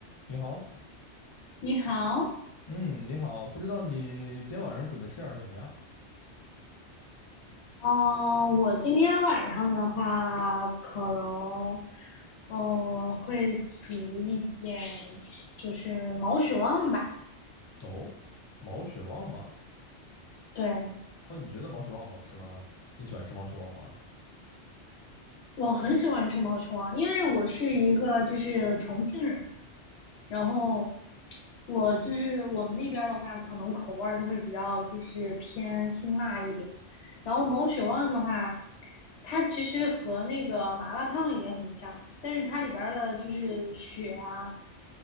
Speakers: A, on the left (about 40°); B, on the left (about 70°).
A: 你好，
B: 你好，
A: 嗯，你好，不知道你今天晚上准备吃点儿什么呀？
B: 哦，我今天晚上的话，可能，嗯、会煮一点，就是毛血旺吧。
A: 哦，毛血旺吗？
B: 对，
A: 哦，你觉得毛血旺好吃吗？你喜欢吃毛血旺吗？
B: 我很喜欢吃毛血旺，因为我是一个就是重庆人嘛，然后我就是我们那边儿的话，可能口味儿就会比较就是偏辛辣一点。然后毛血旺的话，它其实和那个麻辣烫也很像，但是它里边儿的就是血啊。